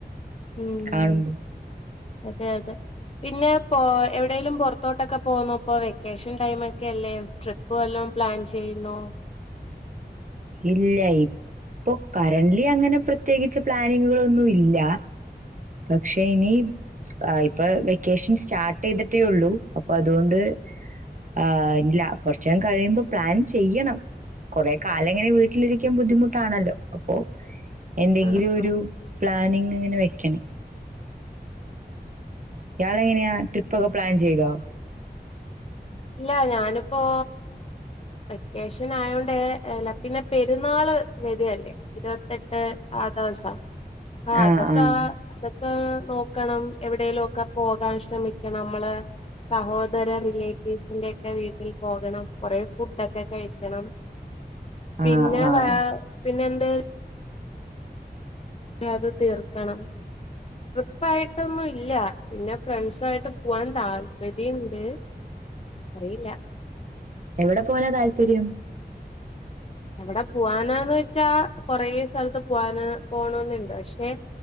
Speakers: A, on the left; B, on the right.
A: ഉം
B: കാണുമ്പോ
A: അതെ അതെ പിന്നെ പോ എവിടെേലിലും പുറത്തോട്ടൊക്കെ പോന്നോപ്പോ വെക്കേഷൻ ടൈം ഒക്കെ അല്ലേ ട്രിപ്പ് വല്ലോം പ്ലാൻ ചെയ്യുന്നോ
B: ഇല്ല ഇപ്പൊ കറന്റ്ലി അങ്ങനെ പ്രത്യേകിച്ച് പ്ലാനിങ്ങുകളൊന്നും ഇല്ല പക്ഷേ ഇനി ആഹ് ഇപ്പ വെക്കേഷൻ സ്റ്റാർട്ട് ചെയ്തിട്ടേ ഉള്ളൂ അപ്പൊ അതുകൊണ്ട് ആഹ് ഇല്ല കൊറച്ചം കഴിയുമ്പോ പ്ലാൻ ചെയ്യണം കൊറേ കാല അങ്ങനെ വീട്ടിലിരിക്കൻ ബുദ്ധിമുട്ടാണല്ലോ അപ്പൊ എന്തെങ്കിലും
A: ആഹ്
B: ഒരു
A: ആഹ്
B: പ്ലാനിങ്് ഇങ്ങനെ വെക്കണം ഇയാളെങ്ങനെയാ ട്രിപ്പ് ഒക്കെ പ്ലാൻ ചെയ്തോ?
A: ഇല്ല ഞാനിപ്പോ വെക്കേഷൻ ആയോണ്ട് എല്ല പിന്നെ പെരുന്നാള് വരല്ലേ ഇരുപത്തെട്ട് ആ ദെവസം ആ
B: ആഹ്
A: അതൊക്കെ
B: ആഹ്
A: അതൊ ക്കെ നോക്കണം എവിടെേലും ഒക്കെ പോകാൻ ശ്രമിക്കണം നമ്മള് സഹോദര റിലേ സ്റ്റിന്റെ ഒക്കെ വീട്ടിൽ പോകണം കുറേ ഫുഡ് ഒക്കെ കഴിക്കണം പിന്നെ
B: ആഹ് ആഹ്
A: വ പിന്നെ എന്ത് <unintelligible> അത് തീർക്കണം ട്രിപ്പായിട്ടൊന്നും ഇല്ല പിന്നെ ഫ്രണ്ട്സായിട്ട് പോവാൻ താല്പര്യണ്ട് അറിയില്ല
B: എവിടെ പോവാനാ താല്പര്യം
A: എവിടെ പോവാനാന്ന് വെച്ചാ കൊറേ സ്ഥലത്ത് പോവാന് പോണെന്നുണ്ട് പക്ഷെ